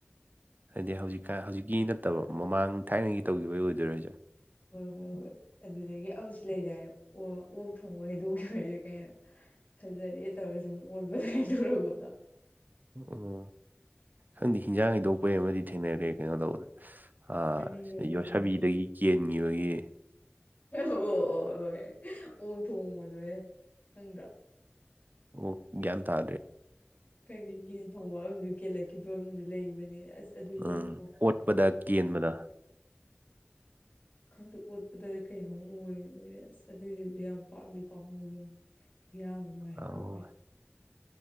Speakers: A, on the right (about 45°); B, on the left (about 40°).
A: ꯍꯥꯏꯗꯤ ꯍꯧꯖꯤꯛꯀꯥꯟ ꯍꯧꯖꯤꯛꯀꯤ ꯅꯠꯇꯕ ꯃꯃꯥꯡ ꯊꯥꯏꯅꯒꯤ ꯇꯧꯈꯤꯕꯩ ꯑꯣꯏꯗꯣꯏꯔꯣꯁꯦ
B: ꯍꯣꯏ ꯍꯣꯏ ꯍꯣꯏ ꯑꯗꯨꯗꯒꯤ ꯑꯃꯁꯨ ꯂꯩꯗꯥꯏꯅꯦ ꯑꯣ ꯑꯣꯛ ꯊꯣꯡꯕ ꯍꯩꯗꯣꯛꯈꯤꯕꯩꯗꯤ ꯀꯩꯅꯣ ꯐꯖꯔꯦ ꯇꯧꯔꯁꯨ ꯑꯣꯟꯕ ꯂꯥꯏꯗꯧꯕꯗꯣ
A: ꯑꯣ ꯈꯪꯗꯤꯦ ꯍꯤꯟꯖꯥꯡ ꯍꯩꯗꯣꯛꯄꯩ ꯑꯃꯗꯤ ꯊꯦꯡꯅꯔꯦ ꯀꯩꯅꯣ ꯇꯧꯕꯗꯅ ꯑ
B: ꯑꯅꯤꯔꯛꯕꯨ
A: ꯌꯣꯠꯁꯕꯤꯗꯒꯤ
B: ꯊꯦꯡꯅꯩ
A: ꯀꯦꯟꯈꯤꯕꯒꯤ
B: ꯑꯣ ꯑꯣ ꯍꯣꯏ ꯑꯣꯛ ꯊꯣꯡꯕꯗꯣ ꯍꯦ ꯈꯪꯗ꯭ꯔꯣ꯫
A: ꯑꯣꯛ ꯒꯥꯟꯇ
B: ꯀꯩꯩꯅꯒꯤ ꯇ ꯍꯧꯖꯤ ꯀꯦꯜꯂꯛꯈꯤꯕ ꯑꯃꯁꯨ ꯂꯩꯕꯅꯤ ꯑꯁ ꯑꯗꯨꯑꯣꯏꯗꯤ
A: ꯎꯝ
B: ꯌꯥꯎ
A: ꯑꯣꯠꯄꯗ ꯀꯦꯟꯕꯗ
B: ꯪ <unintelligible> ꯎꯠꯄꯗꯔꯦ ꯀꯩꯅꯣꯝ ꯎꯔ ꯑꯁ ꯑꯗꯣꯏꯗꯨꯗꯤ ꯌꯥꯝ ꯎꯄꯥꯝꯗꯤ ꯄꯥꯝꯃꯨꯒꯤ ꯈꯨꯌꯥꯝ <unintelligible>
A: ꯑꯧ